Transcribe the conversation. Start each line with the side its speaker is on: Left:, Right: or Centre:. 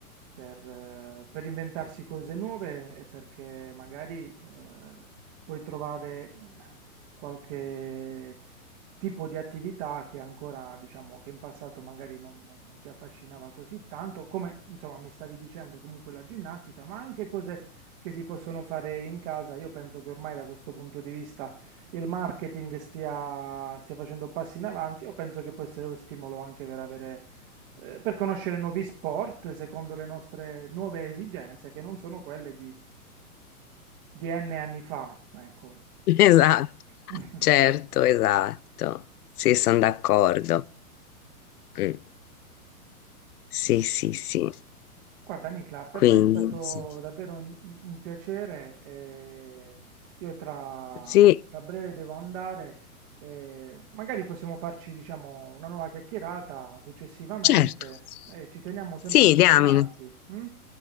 Right: per, eh, per inventarsi cose nuove e perché magari eh, puoi trovare eh, qualche tipo di attività che ancora, diciamo, che in passato magari non, non- non ti affascinava così tanto, come insomma mi stavi dicendo comunque la ginnastica, ma anche cose che si possono fare in casa. Io penso che ormai da questo punto di vista il marketing stia, stia facendo passi in avanti, o penso che può essere lo stimolo anche per avere, eh, per conoscere nuovi sport secondo le nostre nuove esigenze, che non sono quelle di, di N anni fa, ecco.
Left: <laughs> Esatto,
Right: <laughs>
Left: certo, esatto. Sì, sono d'accordo. Mm. Sì, sì, sì.
Right: Guarda Nicla, per
Left: Quindi,
Right: me è stato
Left: sì.
Right: davvero un, un piacere. eh, io tra,
Left: Sì.
Right: tra breve devo andare. eh, magari possiamo farci, diciamo, una nuova chiacchierata successivamente
Left: Certo,
Right: e ci teniamo
Left: sì,
Right: sempre aggiornati.
Left: diamine,
Right: mm?